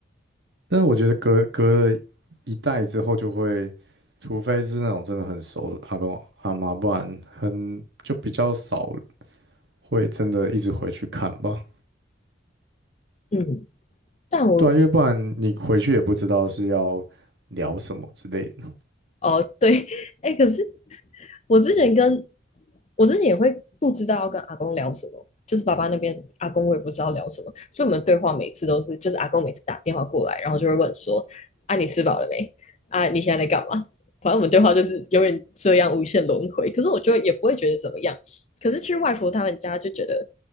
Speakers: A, on the right; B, on the left.
A: 但是我觉得隔隔了一代之后，就会除非是那种真的很熟的阿公阿嬷，不然很就比较少会真的一直回去看吧。
B: 嗯，但我
A: 对啊，因为不然你回去也不知道是要聊什么之类的。
B: 哦，对，<laughs> 哎，可是我之前跟我之前也会不知道要跟阿公聊什么，就是爸爸那边阿公我也不知道聊什么，所以我们对话每次都是，就是阿公每次打电话过来，然后就会问说：“啊，你吃饱了没？啊，你现在在干嘛？”反正我们对话就是永远这样无限轮回。可是我就也不会觉得怎么样，可是去外婆他们家就觉得